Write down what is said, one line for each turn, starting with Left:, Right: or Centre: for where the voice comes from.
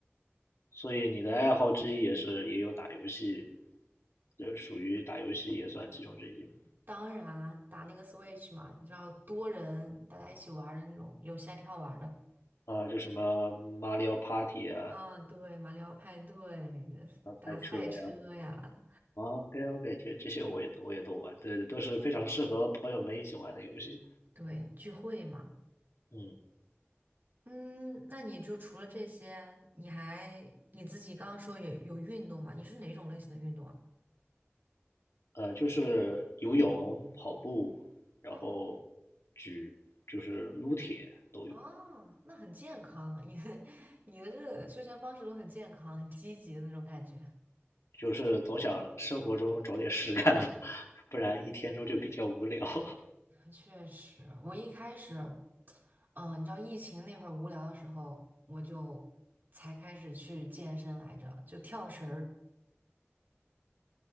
Left: 所以你的爱好之一也是也有打游戏，这属于打游戏也算其中之一嘛。
Right: 当然啊打那个 Switch 嘛，你知道多人大家一起玩儿的那种，有线挺好玩儿的。
Left: 啊，就什么马里奥 Party 啊，
Right: 啊，对，马里奥派对，
Left: 啊赛车呀。
Right: 打赛车呀，
Left: 啊，OK OK，这这些我也都我也都玩，对对，都是非常适合朋友们一起玩的游戏。
Right: 对，聚会嘛。
Left: 嗯，
Right: 嗯，那你就除了这些，你还你自己刚刚说有有运动嘛？你是哪种类型的运动啊？
Left: 呃，就是游泳、跑步，然后
Right: 哦
Left: 举就是撸铁都有，
Right: 哦，那很健康，你的 <laughs> 你的这个休闲方式都很健康，很积极的那种感觉。
Left: 就是总想生活中找点事干嘛，<laughs> 不然一天中就比较无聊。<laughs>
Right: 确实，我一开始，嗯、你知道疫情那会儿无聊的时候，我就才开始去健身来着，就跳绳儿。